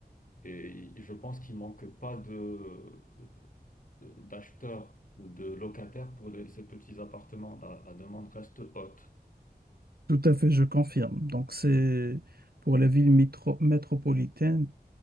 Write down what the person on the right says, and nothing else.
Tout à fait, je confirme. Donc, c'est
pour les villes mitro- métropolitaines,